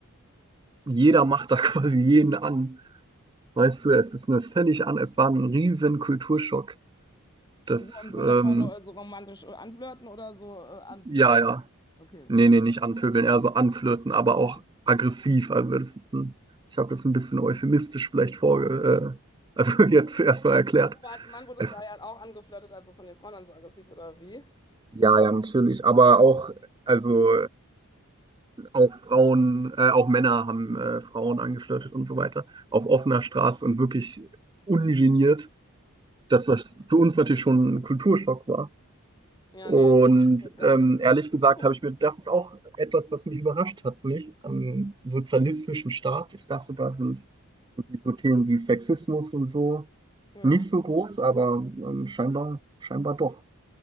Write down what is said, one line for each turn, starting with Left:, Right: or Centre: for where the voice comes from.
Right: jeder macht da <laughs> quasi jeden an. Weißt du, es ist mir völlig an, es war ein riesen Kulturschock. Das,
Left: So im Sinne
Right: ähm,
Left: von nur so romantisch äh, anflirten oder so äh, anpöbeln.
Right: ja, ja.
Left: Okay.
Right: Nee, nee, nicht anpöbeln, eher so anflirten, aber auch
Left: Ja.
Right: aggressiv. Also das ist ein, ich habe das ein bisschen euphemistisch vielleicht vorge, äh, also <laughs> jetzt erstmal erklärt.
Left: Und Du als Mann wurdest
Right: Es,
Left: da ja auch angeflirtet, also von den Frauen dann so aggressiv oder wie?
Right: ja, ja, natürlich. Aber auch, also auch Frauen, äh, auch Männer haben äh, Frauen angeflirtet und so weiter. Auf offener Straße und wirklich ungeniert, dass das für uns natürlich schon ein Kulturschock war.
Left: Ja,
Right: Und
Left: nee, das war gar
Right: ähm,
Left: nicht.
Right: ehrlich gesagt
Left: <laughs>
Right: habe ich mir, das ist auch etwas, was mich überrascht hat, nicht? Am sozialistischen Staat. Ich dachte, da sind so Themen wie Sexismus und so
Left: Ja.
Right: nicht so groß, aber ähm, scheinbar, scheinbar doch.